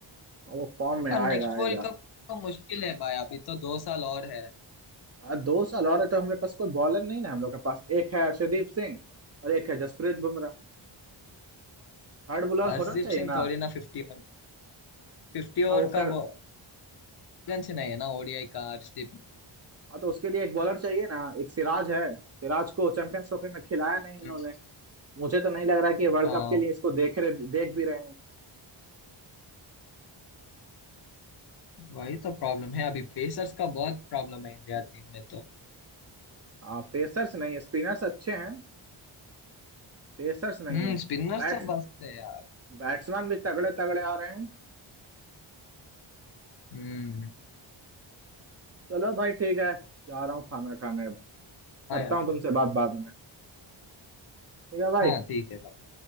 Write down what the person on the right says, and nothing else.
वो फॉर्म में
आएगा
आएगा
आ, दो साल और है तो हमारे पास कोई बॉलर नहीं ना हम लोग के पास एक है अर्शदीप सिंह और एक है जसप्रीत बुमराह हार्ड बॉलर
होना चाहिए
ना
हाँ
वो
कर
हाँ तो उसके लिए एक बॉलर चाहिए ना एक सिराज है सिराज को चैंपियंस ट्रॉफी में खिलाया नहीं इन्होंने
मुझे तो नहीं लग रहा कि वर्ल्ड
कप के लिए इसको देख रहे देख भी रहे हैं
हाँ पेसर्स नहीं है स्पिनर्स अच्छे हैं पेसर्स नहीं
है
बैट्स
बैट्समैन भी तगड़े तगड़े आ रहे हैं
चलो भाई ठीक है जा रहा हूँ खाना खाने अब
करता
हूँ तुमसे बात बाद में ठीक है भाई